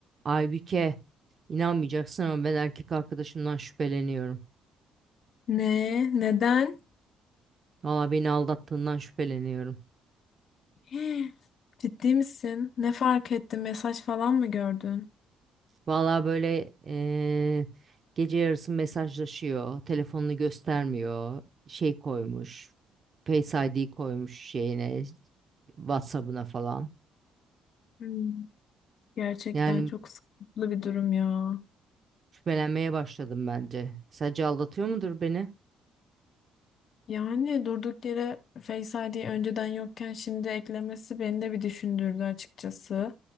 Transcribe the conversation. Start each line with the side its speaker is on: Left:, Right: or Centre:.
Right: Aybüke, inanmayacaksın ama ben erkek arkadaşımdan şüpheleniyorum.
Left: Ne? Neden?
Right: Valla beni aldattığından şüpheleniyorum.
Left: <gasps> Ciddi misin? Ne fark ettin? Mesaj falan mı gördün?
Right: Valla böyle eee, gece yarısı mesajlaşıyor, telefonunu göstermiyor, şey koymuş, Face ID koymuş şeyine, WhatsApp'ına falan.
Left: Hmm, Gerçekten
Right: Yani
Left: çok sıkıntılı bir durum ya.
Right: şüphelenmeye başladım bence. Sadece aldatıyor mudur beni?
Left: Yani durduk yere Face ID önceden yokken şimdi eklemesi beni de bir düşündürdü açıkçası.